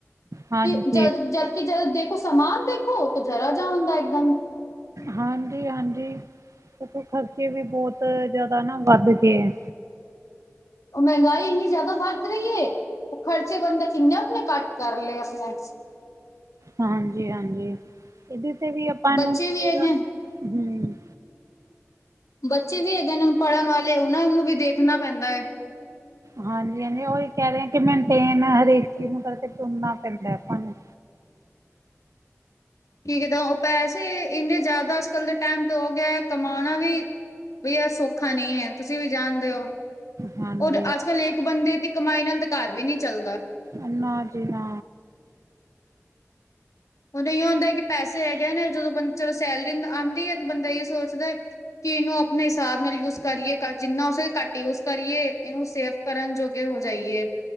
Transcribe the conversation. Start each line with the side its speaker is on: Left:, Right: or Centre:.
Right: ਹਾਂਜੀ
Left: ਕਿ ਜਦ ਜਦਕਿ ਜਦ ਦੇਖੋ ਸਮਾਨ ਦੇਖੋ ਤੇ ਜਰਾ ਜਿਹਾ ਹੁੰਦਾ ਇੱਕਦਮ।
Right: ਹਾਂਜੀ, ਹਾਂਜੀ। ਕਿਉਂਕਿ ਖਰਚੇ ਵੀ ਬਹੁਤ ਜਿਆਦਾ ਨਾ ਵੱਧ ਗਏ ਐ।
Left: ਉਹ ਮਹਿੰਗਾਈ ਇੰਨੀ ਜ਼ਿਆਦਾ ਵੱਧ ਰਹੀ ਹੈ, ਉਹ ਖਰਚੇ ਬੰਦਾ ਕਿੰਨੇ ਆਪਣੇ ਘੱਟ ਕਰ ਲਏ ਆਪਣੇ।
Right: ਹਾਂਜੀ, ਹਾਂਜੀ ਇਹਦੇ ਤੇ ਵੀ ਆਪਾਂ ਨੂੰ
Left: ਬੱਚੇ ਵੀ
Right: ਪੂਰਾ
Left: ਹੈਗੇ
Right: ਹਮ।
Left: ਬੱਚੇ ਵੀ ਹੈਗੇ ਨੇ ਪੜ੍ਹਨ ਵਾਲੇ ਉਹਨਾਂ ਨੂੰ ਵੀ ਦੇਖਣਾ ਪੈਂਦਾ।
Right: ਹਾਂਜੀ, ਹਾਂਜੀ ਉਹੀ ਕਹਿ ਰਹੇ, ਕਿ ਮੇਨਟੇਨ ਹਰੇਕ ਚੀਜ਼ ਨੂੰ ਕਰਕੇ ਤੁਰਨਾ ਪੈਂਦਾ ਆਪਾਂ ਨੂੰ
Left: ਕੀ ਜਦੋਂ ਪੈਸੇ ਇੰਨੇ ਜ਼ਿਆਦਾ ਅੱਜ- ਕੱਲ ਦੇ ਟੈਮ ਤੋਂ ਹੋ ਗਿਆ ਏ ਕਮਾਉਣਾ ਵੀ ਬਈ ਆ ਸੌਖਾ ਨਹੀਂ ਐ, ਤੁਸੀਂ ਵੀ ਜਾਣਦੇ ਓ।
Right: ਹਾਂਜੀ
Left: ਔਰ ਅੱਜ- ਕੱਲ ਏਕ ਬੰਦੇ ਦੀ ਕਮਾਈ ਨਾਲ ਤਾਂ ਘਰ ਵੀ ਨੀ ਚੱਲਦਾ।
Right: ਅੰਨਾ ਜੀਣਾ।
Left: ਹੁਣ ਇਹੀਓ ਹੁੰਦਾ ਕਿ ਪੈਸੇ ਹੈਗੇ ਨੇ ਜਦੋਂ ਬੰਦ ਚਲੋ ਸੈਲਰੀ ਆਉਂਦੀ ਹੈ ਤਾਂ ਬੰਦਾ ਇਹੀਓ ਸੋਚਦਾ ਕਿ ਇਹਨੂੰ ਆਪਣੇ ਹਿਸਾਬ ਨਾਲ ਯੂਜ ਕਰੀਏ ਜਿੰਨਾ ਉਸ ਘੱਟ ਯੂਜ ਕਰੀਏ, ਇਹਨੂੰ ਸੇਫ ਕਰਨ ਜੋਗੇ ਹੋ ਜਾਈਏ।